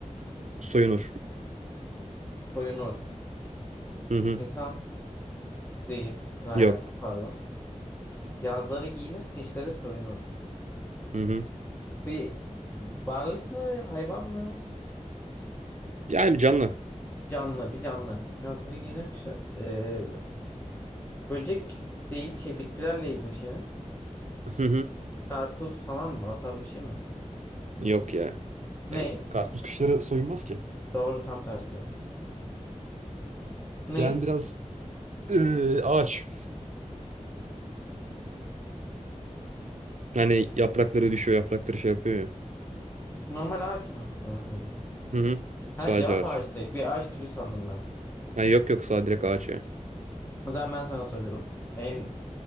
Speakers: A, on the right; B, on the left.
A: Soyunur.
B: Soyunur.
A: Hı hı.
B: İnsan değil. Ne alaka
A: Yok.
B: pardon. Yazları giyinir, kışları soyunur.
A: Hı hı.
B: Bir varlık mı, hayvan mı?
A: Yani canlı.
B: Canlı, bir canlı. Yazları giyinir, kışları... Ee, böcek değil, şey bitkilerle ilgili bir şey mi?
A: Hı hı.
B: Karpuz falan mı? O tarz bir şey mi?
A: Yok ya.
B: Ney?
A: Yani Karpuz kışları soyunmaz ki.
B: Doğru, tam tersi. Ney?
A: Yani biraz eee, ağaç. yani yaprakları düşüyor, yaprakları şey yapıyor ya.
B: Normal ağaç mı? O zaman bildim.
A: Hı hı.
B: Ha
A: Sadece
B: cevap
A: ağaç.
B: ağaç direkt. Bir ağaç türü sandım ben.
A: Ha, yok yok sağ direkt ağaç
B: O zaman ben sana soruyorum. En